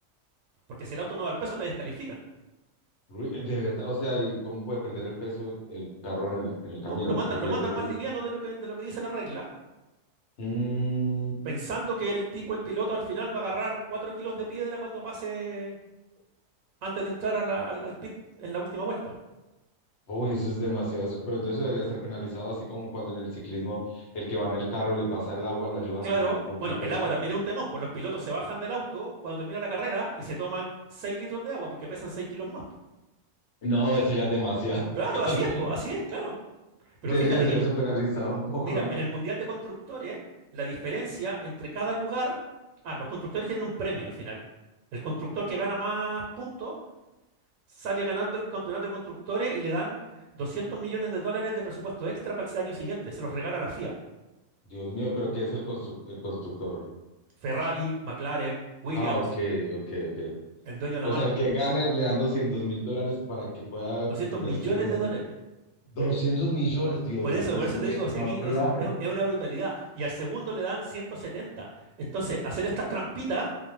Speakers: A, on the right; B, on the left.
A: porque si el auto no da el peso te descalifican.
B: Ru- De verdad, o sea, ¿y cómo puede perder el peso el carro en el, en el
A: No,
B: camino?
A: pues lo mandan,
B: Porque pierde
A: lo mandan
B: pie.
A: más liviano de lo que, de lo que dice la regla,
B: Mm,
A: pensando que el tipo, el piloto, al final va a agarrar 4 kilos de piedra cuando pase antes de entrar a la- al, al pit en la última vuelta.
B: uy, eso es demasiado. eso- Pero entonces debería ser penalizado, así como cuando en el ciclismo el que va en el carro y le pasa el agua, lo ayuda
A: Claro,
B: a empujar un poquito.
A: bueno, el agua también es un temón, pues los pilotos se bajan del auto cuando termina la carrera y se toman 6 litros de agua porque pesan 6 kilos más. po.
B: No, eso ya es demasiado.
A: Claro,
B: <laughs>
A: así es, pues, así es, claro. Pero
B: Debería
A: fíjate
B: ser
A: que,
B: eso penalizado un poco,
A: mira,
B: ¿no?
A: en el Mundial de Constructores, la diferencia entre cada lugar, ah, los constructores tienen un premio al final. El constructor que gana más puntos sale ganando el campeonato de constructores y le dan 200 millones de dólares de presupuesto extra para el año siguiente. Se los regala la FIA.
B: Dios mío, pero ¿qué es el construc- el constructor?
A: Ferrari, McLaren, Williams,
B: Ah, ok, ok, ok.
A: el dueño de
B: O
A: la marca.
B: sea, el que gane le dan 200 mil dólares para que pueda
A: doscientos
B: invertir
A: millones
B: en un...
A: de dólares.
B: 200 millones, Dios
A: Por eso,
B: mío,
A: por
B: eso
A: eso
B: es muchísima
A: te digo, si aquí
B: plata.
A: es, es, es una brutalidad y al segundo le dan 170. Entonces, hacer estas trampitas